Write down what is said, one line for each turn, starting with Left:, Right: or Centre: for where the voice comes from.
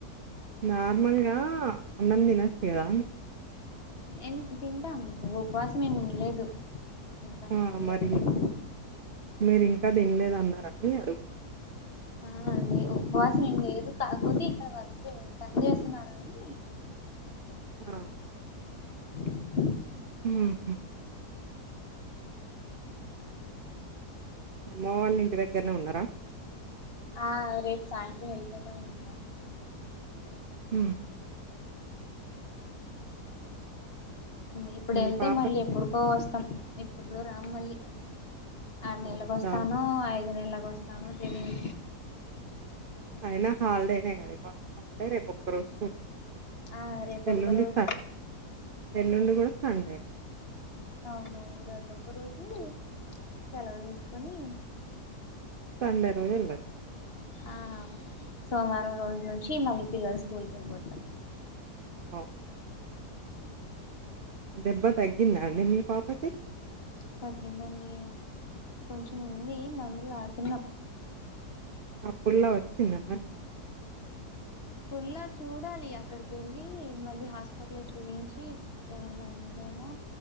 Right: నార్మల్గా అన్నం తినొచ్చు కదా
Left: ఎం తింటాం నువ్వు ఉపవాసం ఏమి ఉండలేదు తింటాం
Right: ఆ
Left: మాములుగా
Right: మరి
Left: తింటాం
Right: మీరు ఇంకా తినలేద అన్నారండి అడుగు
Left: ఆ ఉపవాసం ఏం లేదు కాకపోతే ఇక్కడ వర్క్ చే పని చేస్తున్నాని
Right: ఆ
Left: <inaudible>
Right: హ అమ్మ వాళ్ళ ఇంటి దగ్గరనే ఉన్నారా
Left: ఆ రేపు సాయంత్రం వెళ్ళిపోతామండి మా ఇంటికి
Right: హ
Left: ఇప్పుడు
Right: మీ
Left: వెళ్తే
Right: పాప
Left: మళ్ళీ ఎప్పుడుకో వస్ ఇప్పట్లో రాను మళ్ళీ ఆరు
Right: ఆ,
Left: నెల్లకు వస్తానో
Right: చాలా
Left: ఐదు నెల వస్తానో తెలీదు
Right: అయినా హల్డేనే కాద రే ఒక్కరోజుకు
Left: ఆ రేపొక్క
Right: ఎల్లుండి
Left: రోజు
Right: ఎల్లుండి కూడా అంతే
Left: అవును రేపొక్కరోజు సెలవు తీసుకొని
Right: సండే రోజు ఎల్ల
Left: ఆ సోమవారం రోజు నుంచి మళ్ళీ పిల్లలు స్కూల్కి వెళ్ళిపోతారు
Right: ఓ దెబ్బ తగ్గిందా అండి మీ పాపకి
Left: తగ్గిందండి కొంచెం ఉంది మందులు వాడుతున్నాం
Right: అప్పుడ్ల వచ్చిందమ్మారి
Left: ఫుల్లా చూడాలి అక్కడికి వెళ్ళి మళ్ళీ హాస్పిటల్ చూయించి ఏమన్నా ఉంది మో